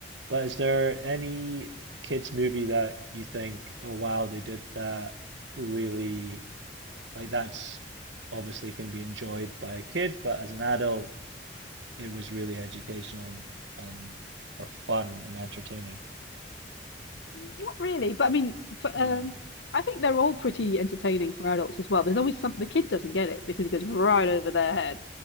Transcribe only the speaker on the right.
But is there any kids movie that you think, oh wow, they did that really Like that's obviously can be enjoyed by a kid, but as an adult, it was really educational and, and or fun and entertaining.
Not
really.